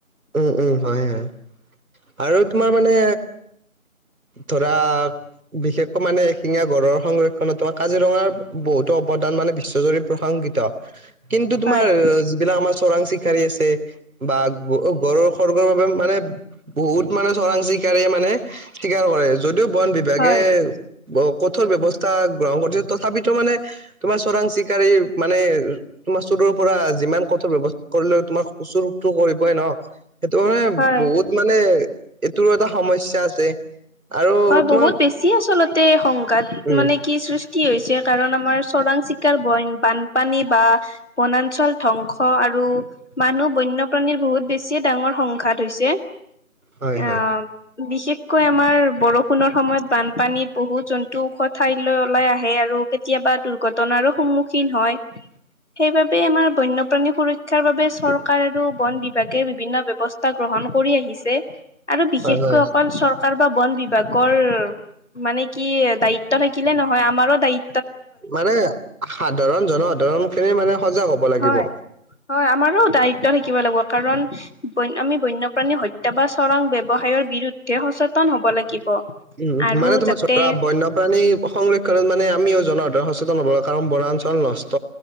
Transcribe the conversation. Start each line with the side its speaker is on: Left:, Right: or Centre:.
Right: উম উম। হয় হয়, আৰু তোমাৰ মানে ধৰা বিশেষকৈ মানে শিঙীয়া গড়ৰ সংৰক্ষণত তোমাৰ কাজিৰঙাৰ বহুতো অৱদান মানে বিশ্বজুৰি প্ৰশংসিত কিন কিন্তু তোমাৰ
Left: হয়
Right: যিবিলাক আমাৰ চোৰাং চিকাৰী আছে বা গড়ৰ খৰ্গৰ বাবে বহুত মানে চোৰাং চি কাৰী মানে চিকাৰ কৰে, যদিও বন বিভাগে
Left: হয়
Right: ব কঠোৰ ব্যৱস্থা গ্ৰহণ কৰিছে তথাপিতো মানে তোমাৰ চোৰাং চিকাৰিৰ মানে তোমাৰ চোৰৰ পৰা যিমান কঠোৰ ব্যৱস্থা কৰিলে তোমাৰ <unintelligible> কৰি ন সেইটো মানে
Left: হয়
Right: বহুত মানে এইটোৰো এটা সমস্যা আছে। আৰু
Left: হয়
Right: তোমাৰ
Left: বহুত বেছি আচলতে সংঘাত
Right: উম
Left: মানে কি সৃচ তি হৈছে কাৰণ আমাৰ চোৰাং চিকাৰ বইন - বানপানী বা বনাঞ্চল ধ্বংস আৰ‌ আৰু মানুহ বন্যপ্ৰাণীৰ বহুত বেছিয়ে ডাঙৰ সংঘাত হৈছে।
Right: হয়
Left: অ'
Right: হয়
Left: বিশেষকৈ আমাৰ বৰষুণৰ সময়ত বানপানীত বহুত জন্তু ওখ ঠাইলৈ ওলাই আহে আৰু কেতিয়াবা দুৰ্ঘটনা সন্মূখীন হয়, সেইবাবে আমাৰ বন্য প্ৰাণী সুৰক্ষাৰ বাবে চৰকাৰ আৰু বন বিভাগে বিভিন্ন ব্যৱস্থা গ্ৰহণ কৰি আহিছে। আৰু বিশেষকৈ
Right: হয় হয়
Left: অকল চৰকাৰ বা বন বিভ ভাগৰ মানে কি দায়িত্ব থাকিলে নহয় আমাৰো দায়ি
Right: মানে সাধাৰণ জনসাধাৰণ খিনি মানে সজাগ হ'ব লাগিব।
Left: হয় হয় আমাৰো দায়িত্ব থাকিব লাগব কাৰণ আমি বন্যপ্ৰাণী হত্যা বা চোৰাং ব্যৱসায়ৰ বিৰুদ্ধে সচেতন হব লাগিব।
Right: উম,
Left: আৰু
Right: মানে তোমাৰ
Left: যাতে
Right: ধৰা বন্যপ্ৰাণী সংৰক্ষণত মানে আমিও জনসাধাৰণ সচ তন হব কাৰন বনাঞ্চল নষ্ট